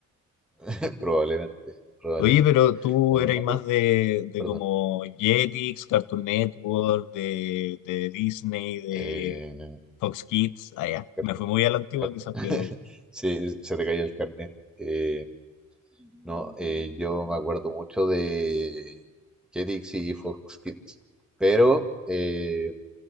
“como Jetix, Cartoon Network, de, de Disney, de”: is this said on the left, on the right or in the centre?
Left